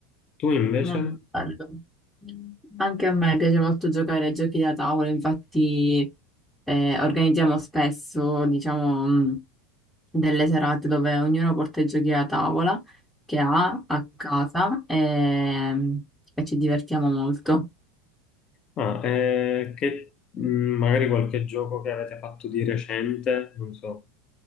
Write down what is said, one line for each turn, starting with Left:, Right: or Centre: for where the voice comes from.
Left: Tu invece?
Centre: molto bello. Anche a me piace molto giocare a giochi da tavolo, infatti eh, organizziamo spesso, diciamo, mh, delle serate dove ognuno porta i giochi da tavola che ha a casa e, e ci divertiamo molto.
Left: Ah, eh, che, mh, magari qualche gioco che avete fatto di recente, non so,